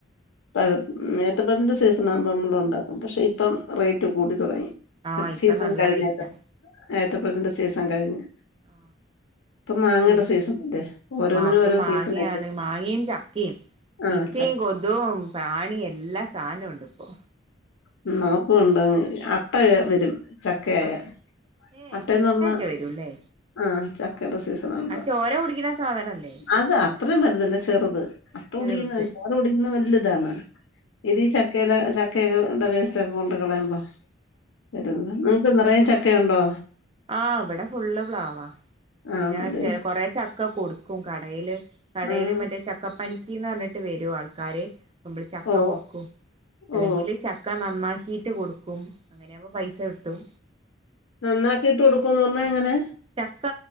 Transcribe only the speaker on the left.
പഴം മ ഏത്തപ്പഴത്തിൻ സീസൺ ആകുമ്പോ നമ്മള് ഉണ്ടാക്കും പക്ഷെ ഇപ്പം റേറ്റ് കൂടി തുടങ്ങി
സീസൺ
കഴിഞ്ഞ
ഏത്തപ്പഴതിൻ്റ സീസൺ കഴിഞ്ഞ്
ഇപ്പൊ മാങ്ങയുടെ
സീസൺ അല്ലേ ഓരോന്നിനും
ഓരോ
സീസൺ അല്ലേ
ആഹ്
ച
മ് നമക് ഉണ്ട് അട്ട വരും ചക്കയായ
അട്ടെന്ന്
പറഞ്ഞ
ആ ചക്കടെ സീസണ ആകുമ്പോ
അത് അത്രയും വലുതല്ല ചെറുത് അട്ട കുടിക്കുന്ന
ചോര കുടിക്കുന്നത് വലുതാണ് ഇതീ ചക്കയില ച <unintelligible> വേസ്റ്റ് ആവും കൊണ്ട് കളയമ്പോ വരുന്ന് ബീഫ് നിറയും ച ഒക്കെ ഉണ്ടോ
ആണല്ലേ
ആഹ്
ഓ
ഓ
നന്നാക്ക്കീട്ട് കൊടുക്കുംന്ന് പറഞ്ഞാ എങ്ങനെ